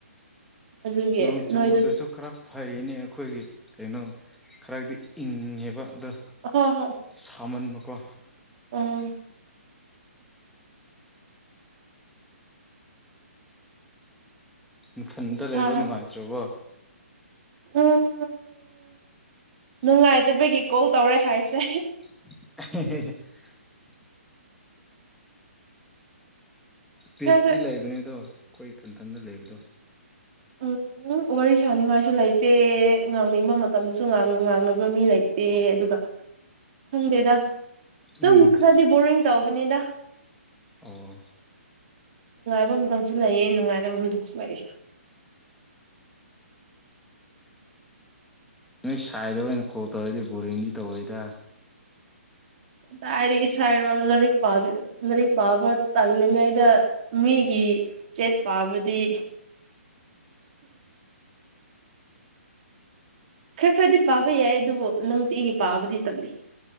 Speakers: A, on the right; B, in the centre.
A: ꯑꯗꯨꯒꯤ
B: ꯅꯣꯡ ꯆꯨꯕꯗꯁꯨ
A: ꯅꯣꯏꯗ
B: ꯈꯔ ꯐꯩꯅꯦ ꯑꯩꯈꯣꯏꯒꯤ ꯀꯩꯅꯣ ꯈꯔꯗꯤ ꯏꯪꯉꯦꯕ ꯑꯗꯣ
A: ꯍꯣꯏ ꯍꯣꯏ
B: ꯁꯥꯃꯟꯕ ꯀꯣ
A: ꯎꯝ
B: ꯃꯊꯟꯇ
A: ꯁꯥ
B: ꯂꯩꯕ ꯅꯨꯡꯉꯥꯏꯇ꯭ꯔꯕꯣ
A: ꯎꯝ ꯅꯨꯡꯉꯥꯏꯗꯕꯒꯤ ꯀꯣꯜ ꯇꯧꯔꯦ ꯍꯥꯏꯁꯦ
B: <inaudible> ꯄꯤꯁꯗꯤ
A: ꯈꯔ
B: ꯂꯩꯕꯅꯦ ꯑꯗꯣ ꯑꯩꯈꯣꯏ ꯏꯊꯟꯊꯟꯇ ꯂꯩꯕꯗꯣ
A: ꯎꯝ ꯋꯥꯔꯤ ꯁꯥꯅꯤꯡꯉꯥꯏꯁꯨ ꯂꯩꯇꯦ ꯉꯥꯡꯅꯤꯡꯕ ꯃꯇꯝꯗꯁꯨ ꯉꯥꯡꯅꯕ ꯃꯤ ꯂꯩꯇꯦ ꯑꯗꯨꯒ ꯈꯪꯗꯦꯗ ꯑꯗꯨꯝ
B: ꯎꯝ
A: ꯈꯔꯗꯤ ꯕꯣꯔꯤꯡ ꯇꯧꯕꯅꯤꯗ
B: ꯑꯣ
A: ꯐꯕ ꯑꯃꯝꯇꯪꯁꯨ ꯂꯩꯌꯦ ꯅꯨꯡꯉꯥꯏꯅꯕ ꯑꯇꯪꯁꯨ ꯂꯩꯑ
B: ꯅꯣꯏ ꯁꯥꯏꯗ ꯑꯣꯏꯅ ꯀꯣꯜ ꯇꯧꯔꯗꯤ ꯕꯣꯔꯤꯡꯗꯤ ꯇꯧꯔꯦꯗ
A: ꯇꯥꯏꯔꯤꯒꯤ ꯁꯥꯏꯔꯛ ꯄꯔꯤꯛ ꯄꯥꯕ ꯇꯜꯉꯥꯏꯗ ꯃꯤꯒꯤ ꯆꯦꯠ ꯄꯥꯕꯗꯤ ꯈꯔ ꯈꯔꯗꯤ ꯄꯥꯕ ꯌꯥꯏ ꯑꯗꯨꯕꯨ ꯅꯨꯡꯇꯤꯒꯤ ꯄꯥꯕꯨꯗꯤ ꯇꯂꯤ